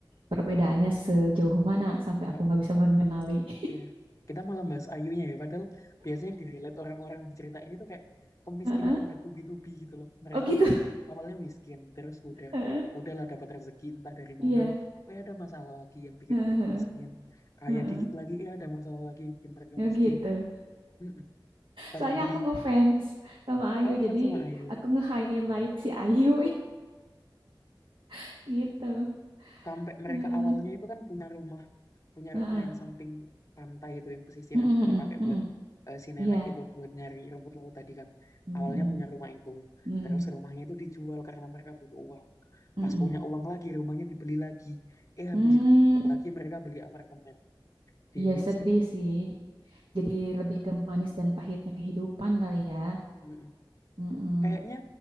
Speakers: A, on the right (about 80°); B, on the left (about 40°).
A: perbedaannya sejauh mana sampai
B: Heeh.
A: aku nggak bisa mengenali <laughs>
B: Iya. Kita malah bahas Ayunya ya, padahal biasanya yang di highlight orang-orang di cerita ini tuh kayak kemiskinan
A: Heeh.
B: yang bertubi-tubi gitu loh. Mereka
A: oh gitu
B: awalnya miskin, terus udah
A: Heeh.
B: udahlah dapat rezeki entah dari
A: iya
B: mana, eh ada masalah lagi yang bikin
A: Heeh.
B: mereka miskin. Kaya
A: Heeh.
B: dikit lagi, eh ada masalah lagi yang bikin mereka
A: ya
B: miskin.
A: gitu
B: Mm-mm. Sampai
A: soalnya
B: beli,
A: aku ngefans sama Ayu
B: oh fans
A: jadi
B: sama Ayu.
A: aku nge-highlight si Ayu <laughs> gitu
B: Sampai mereka
A: Eh,
B: awalnya itu kan punya rumah punya
A: heeh.
B: rumah yang samping pantai itu yang pesisir
A: Mm-mm,
B: yang
A: mm-mm,
B: dipakai
A: mm-mm.
B: buat eh, si nenek
A: Iya.
B: itu buat nyari rumput laut tadi kan
A: Mm-mm,
B: awalnya punya rumah itu
A: mm-mm,
B: terus rumahnya itu dijual karena mereka butuh uang
A: mm-mm.
B: pas punya uang lagi rumahnya dibeli lagi eh habis
A: Hmm,
B: itu dijual lagi mereka beli apartemen di
A: Iya sedih
B: Sing-
A: sih. Jadi lebih ke manis dan pahitnya kehidupan kali ya.
B: Mm-mm.
A: Mm-mm.
B: kayaknya